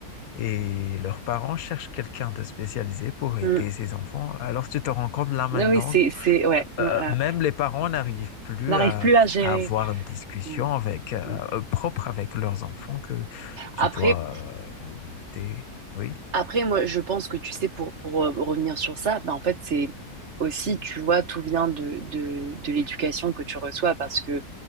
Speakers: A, on the left; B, on the right.
A: Et leurs parents cherchent quelqu'un de spécialisé pour aider
B: Mm.
A: ces enfants. Alors tu te rends compte là maintenant
B: Ah Oui, c'est, c'est, ouais. euh,
A: euh, même les parents n'arrivent plus
B: n'arrive
A: à,
B: plus à gérer.
A: à avoir une discussion
B: Mm,
A: avec, euh,
B: mm.
A: propre avec leurs enfants que tu
B: Après,
A: dois euh, limiter. Oui,
B: après, moi, je pense que tu sais, pour, pour euh, revenir sur ça, bah, en fait, c'est aussi, tu vois, tout vient de, de, de l'éducation que tu reçois parce que